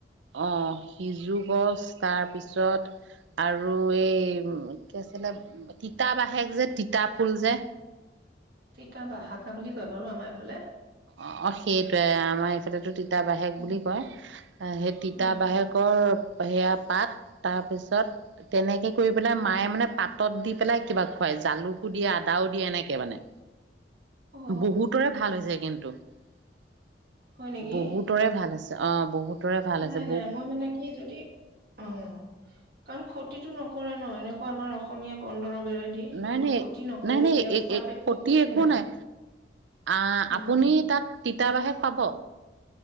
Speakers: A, on the right (about 80°); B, on the right (about 55°).
A: অ সিজু গছ তাৰপিছত আৰু এই কি আছিলে তিতা বাহেক যে তিতা ফুল যে
B: তিতা বাহাকা বুলি কয় বাৰু আমাৰ এইফালে
A: অ অ সেইটয়ে আমাৰ ইফালেতো তিতাবাহেক
B: উম
A: বুলি কয় সেই তিতাবাহেকৰ
B: উম উম
A: সেয়া পাত তাৰ পিছত তেনেকে কৰি পেলাই মায়ে মানে পাতত দি পেলাই কিবা খুৱাই জালুকো দিয়ে আদাও দিয়ে এনেকে মানে
B: অ
A: বহুতৰে ভাল যায় কিন্তু তম
B: হয় নেকি
A: বহুতৰে ভাল আছে অ বহুত ভাল
B: নাই
A: হৈছে
B: নাই মই মানে কি যদি অ কাৰণ ক্ষতিতটো নকৰে ন এনেকুৱা আমাৰ অসমীয়া বন। দৰৱেৰেদি
A: নাই নাই
B: ক্ষতি নকৰে
A: নাই
B: যেতিয়া
A: নাই
B: খোৱাত একো
A: ক্ষতি
B: আপত্তি
A: একো নাই আহ
B: উম
A: আপুনি তাত। তিতাবাহেক পাব।